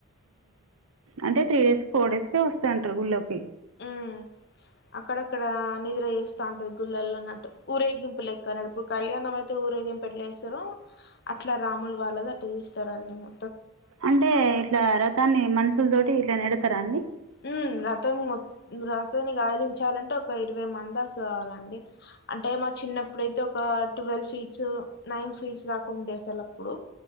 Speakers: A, on the right (about 80°); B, on the left (about 50°).
A: అంటే త్రీ డేస్ ఫోర్ డేస్ కే వస్తాయంటారు గుళ్ళోకి
B: ఉమ్ అక్కడక్కడ నిద్ర చేస్తాంటది గుళ్ళల్లో అన్నట్టు ఊరేగింపు లెక్కన ఇప్పుడు కళ్యాణం అయితే ఊరేగింపు ఎట్లు చేస్ హీరో అట్లా రాములు వాళ్ళది అట్ట చూస్తరుండి మ
A: అంటే ఇట్లా రథాన్ని మనుషుల తోటి ఇట్లా నడి తరా అండి
B: మ్మ్ రథం మొ రథాన్ని కదిలించాలంటే ఒక ఇరవై మంది దాకా కావాలండి అంటే మా చిన్నప్పుడైతే ఒక ట్వెల్వ్ ఫీట్స్ నైన్ ఫీట్స్ దాకా ఉండే అసలు అప్పుడు